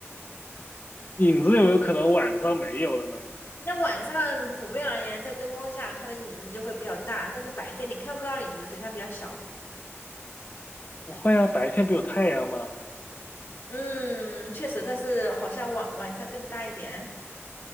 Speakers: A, on the left (about 40°); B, on the left (about 60°).
A: 影子有没有可能晚上没有了呢？
B: 那晚上普遍而言，在灯光下，它的影子就会比较大，但是白天你看不到影子，所以它比较小。
A: 不会啊，白天不有太阳吗？
B: 嗯，确实，但是好像晚晚上更大一点。